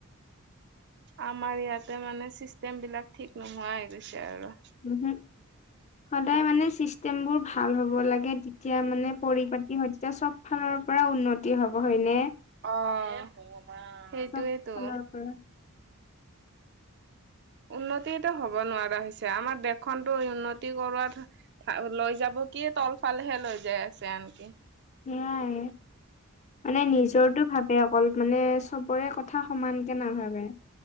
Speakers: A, on the right; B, on the left.
A: আমাৰ ইয়াতে মানে চিষ্টেম বিলাক ঠিক নোহোৱা হৈ গৈছে আৰু
B: উম হুম সদায় মানে চিষ্টেম বোৰ ভাল হ'ব লাগে তেতিয়া মানে পৰিপাটি হয় তেতিয়া চব ফালৰ পৰা উন্নতি হ'ব হয়নে
A: অ হে ভগৱান সেইটোৱেইতো
B: চব ফালৰ পৰা
A: উন্নতিয়েটো হব নোৱাৰা হৈছে আমাৰ দেশখনতো উন্নতি কৰোৱাত লৈ যাব কি তল ফালেহে লৈ যাই আছে আনকি
B: সেইয়াই মানে নিজৰটো ভাবে অ কল মানে চবৰে কথা সমানকে নাভাবে